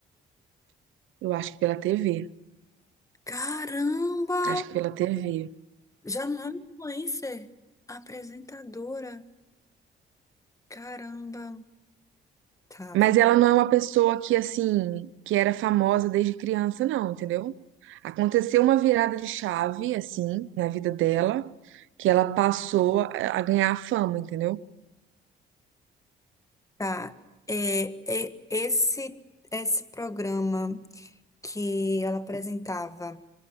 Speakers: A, on the right; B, on the left.
A: eu acho que pela TV.
B: Caramba!
A: Acho que pela TV.
B: Já não é influencer. Apresentadora. Caramba. Tá,
A: Mas ela não é uma pessoa que, assim, que era famosa desde criança, não, entendeu? Aconteceu uma virada de chave, assim, na vida dela, que ela passou a a ganhar fama, entendeu?
B: Tá. É, e- esse, esse programa que ela apresentava